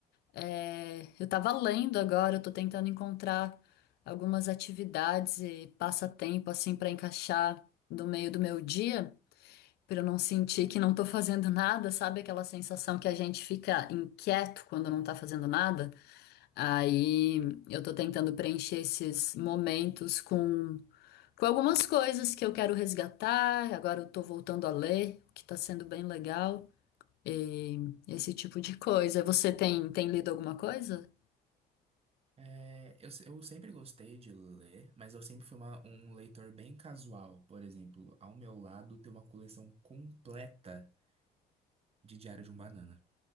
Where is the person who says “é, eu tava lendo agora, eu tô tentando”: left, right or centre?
Left